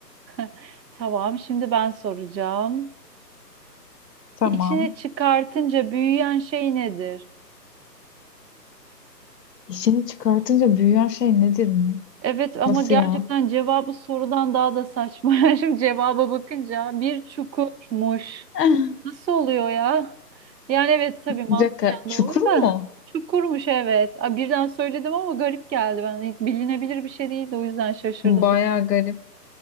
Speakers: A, on the right; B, on the left.
A: <laughs> Tamam, şimdi ben soracağım.
B: Tamam.
A: İçini çıkartınca büyüyen şey nedir?
B: İşini çıkartınca büyüyen şey nedir mi?
A: Evet ama
B: Nasıl
A: gerçekten
B: ya?
A: cevabı sorudan daha da saçma. <laughs> Şimdi cevaba bakınca bir çukurmuş.
B: <laughs>
A: Nasıl oluyor ya? Yani evet tabii mantıken
B: Bir dakika. Çukur
A: doğru
B: mu?
A: da çukurmuş evet. Aa, birden söyledim ama garip geldi ben. Hiç bilinebilir bir şey değildi o yüzden şaşırdım.
B: Baya
A: <laughs>
B: garip.